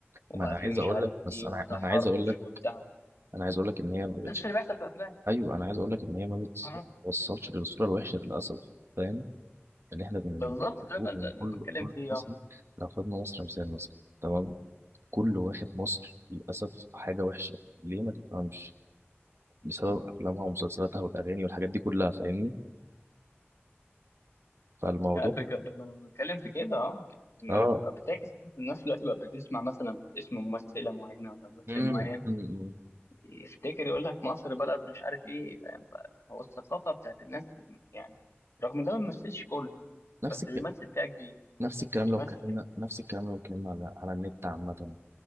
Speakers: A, on the left; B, on the right.
A: وبقى
B: ما انا
A: في
B: عايز
A: مش
B: اقول
A: عارف
B: لك بس
A: ايه
B: انا
A: وتحرش
B: ما انا عايز اقول لك
A: وبتاع
B: انا عايز اقول لك ان هي ما بقتش
A: نفس اللي بيحصل في الافلام
B: ايوه انا عايز اقول لك ان هي ما
A: اه
B: بتوصلش للصوره الوحشه للاسف فاهم اللي احنا بنشوفه
A: بالظبط ده بقى اللي
B: يعني
A: اللي
B: كل
A: بتكلم
B: كل
A: فيه
B: مصري
A: اه
B: لو خدنا مصر مثال مثلا تمام كله واخد مصر للأسف في حاجة وحشة ليه ما تفهمش بسبب أفلامها ومسلسلاتها والأغاني والحاجات دي كلها فاهمني فالموضوع
A: آه، بج- ب- ما أنا بتكلم في كده اه م-
B: اه
A: بقى بتعكس الناس دلوقتي بقى بتسمع مثلا اسم ممثلة معينة ولا ممثل
B: مم.
A: معين
B: مم.
A: يفتكر يقول لك مصر بلد مش عارف ايه فاهم هو الثقافه بتاعت الناس يعني رغم ده ما بيمثلش كله بس
B: نفس الكلام
A: بيمثل فئه كبير
B: نفس الكلام
A: بيمثل
B: لو اتكلمنا
A: فئه كبير
B: نفس الكلام لو اتكلمنا على على النت عامة